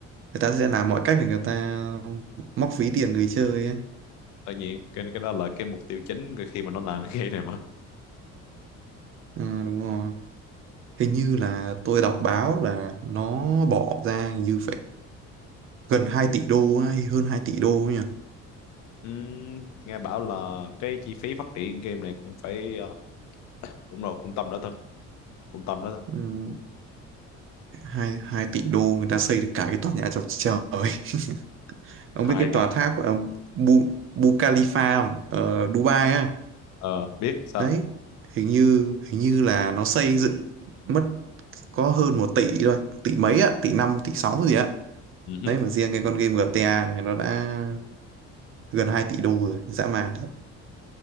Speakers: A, on the right (about 45°); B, on the left (about 75°).
A: người ta sẽ làm mọi cách để người ta móc ví tiền người chơi ấy.
B: tất nhiên cái cái đó là cái mục tiêu chính cái khi mà nó làm cái game này mà
A: Ừ, đúng rồi. Hình như là tôi đọc báo là nó bỏ ra hình như phải gần 2 tỷ đô á, hay hơn 2 tỷ đô nhỉ.
B: Ừm, nghe bảo là cái chi phí phát triển game này cũng phải ờ, cũng rồi cung tâm đó thật cung tâm đó thật
A: Ừ, hai hai tỷ đô người ta xây được cả cái tòa nhà chọc trời <laughs> ông
B: hai
A: biết cái
B: tỷ
A: tòa tháp ờ, Bu, Bu Khalifa không ở Dubai á
B: ờ biết sao
A: đấy hình như hình như là nó xây dựng mất có hơn một tỷ thôi một tỷ mấy
B: ừ.
A: á tỷ năm tỷ sáu gì á
B: ừ hứ,
A: đấy mà riêng cái con game GTA này nó đã gần 2 tỷ đô rồi dã man thật